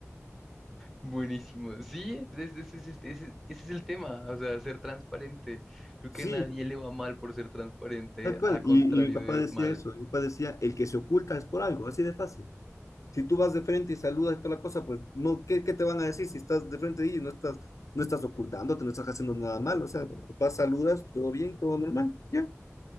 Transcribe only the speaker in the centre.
Buenísimo. Sí, ese, ese- ese- ese- ese- ese es el tema, o sea, ser transparente. Creo
que nadie le va mal por ser transparente,
a contrario
de
mal.